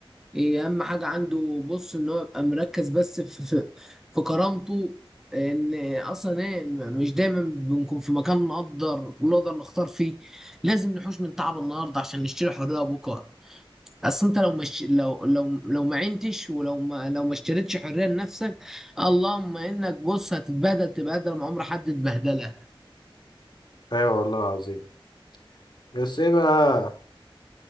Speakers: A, in the centre; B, on the left.
A: إيه اهم حاجة عنده بص ان هو يبقى مركز بس في في, في كرامته ان اصلا ايه م- مش دايما بنكون في مكان نقدر نقدر نختار فيه لازم نحوش من تعب النهارده عشان نشتري حرية بكره اصل انت لو مش لو لو لو ما عينتش ولو ما لو ما اشتريتش حريه لنفسك اللهم انك بص هتتبهدل تبهدل ما عمر حد اتبهدلها
B: ايوه والله العظيم بس ايه بقى